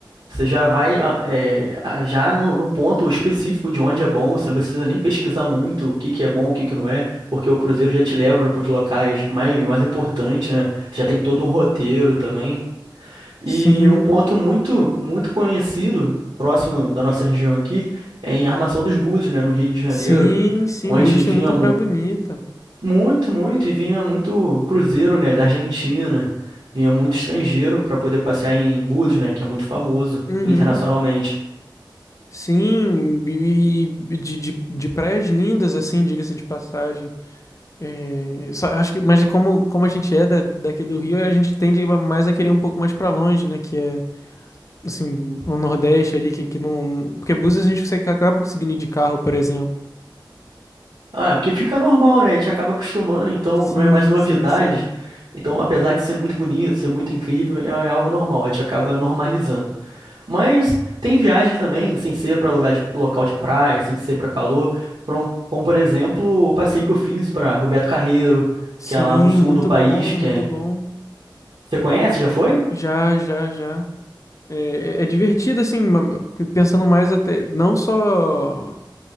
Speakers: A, on the right; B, on the left.
A: você já vai ah, é, ah, já no, no ponto específico de onde é bom, você não precisa nem pesquisar muito o que que é bom, o que que não é, porque o cruzeiro já te leva para os locais mais, mais importantes, né? Você já tem todo um roteiro também. E
B: Sim,
A: um ponto muito, muito conhecido, próximo da nossa região aqui, é em Armação dos Búzios, né, no Rio de Janeiro,
B: sim, sim,
A: onde
B: Búzios
A: vinha
B: tem muita
A: mu-
B: praia bonita.
A: muito, muito, e vinha muito cruzeiro, né, da Argentina, vinha muito estrangeiro para poder passear em Búzios, né, que é muito famoso
B: Uhum.
A: internacionalmente.
B: Sim, e e de, de, de praias lindas, assim, diga-se de passagem. É, só acho que, mas é como, como a gente é da, daqui do Rio, a gente tende mais a querer um pouco mais pra longe, né? Que é, assim, o Nordeste ali, que, que não. Porque Búzios a gente consegue, acaba conseguindo ir de carro, por exemplo.
A: Ah, é porque fica normal, né, a gente acaba acostumando, então
B: Sim,
A: não é mais novidade.
B: sim, sim.
A: Então, apesar de ser muito bonito, ser muito incrível, é algo normal, a gente acaba normalizando. Mas tem viagens também, sem ser para lugar de local de praia, sem ser para calor, pra um- como por exemplo o passeio que eu fiz para Roberto Carreiro,
B: Sim,
A: que é lá no sul
B: muito
A: do país,
B: bom,
A: que
B: muito
A: é...
B: bom.
A: Você conhece? Já foi?
B: Já, já, já. É, é divertido, assim, ma- pensando mais até. Não só.